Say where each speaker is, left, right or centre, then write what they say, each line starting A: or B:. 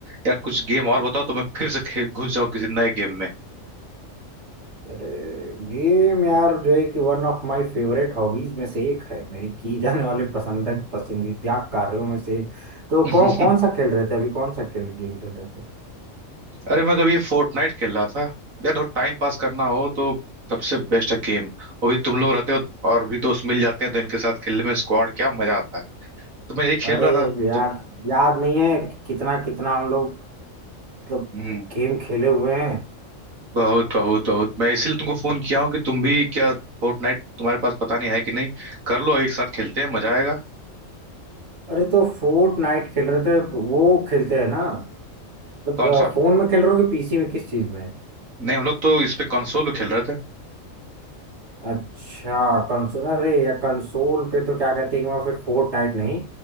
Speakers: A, on the right; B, on the right.
A: यार कुछ गेम और बताओ तो मैं फिर से खेल घुस जाऊं किसी नए गेम में
B: अरे गेम यार जो है कि one of my favourite hobbies में से एक है मेरी की जाने वाले पसंद पसंदीदा कार्यों में से एक तो
A: <laughs>
B: कौन कौन सा खेल रहे थे अभी कौन सा खेल गेम खेल रहे थे
A: अरे मैं तो अभी ये फोर्टनाइट खेल रहा था यार थोड़ा टाइम पास करना हो तो सबसे बेस्ट है गेम और भी तुम लोग रहते हो और भी दोस्त मिल जाते हैं तो इनके साथ खेलने में स्क्वाड क्या मजा आता है तो मैं यही
B: अरे
A: खेल रहा था
B: यार
A: तो
B: याद नहीं है कि कितना कितना हम लोग मतलब
A: हम्म
B: गेम खेले हुए हैं
A: बहुत बहुत बहुत मैं इसलिए तुमको फोन किया हूँ कि तुम भी क्या फोर्टनाइट तुम्हारे पास पता नहीं है कि नहीं कर लो एक साथ खेलते हैं मजा आएगा
B: अरे तो फोर्ट नाइट खेल रहे थे वो खेलते हैं ना मतलब
A: कौन सा
B: फोन में खेल रहे हो कि पीसी में किस चीज में
A: नहीं हम लोग तो इस पे कंसोल खेल रहे थे
B: अच्छा कंसोल अरे या कंसोल पे तो क्या कहते हैं कि मैं फिर फोर्ट नाइट नहीं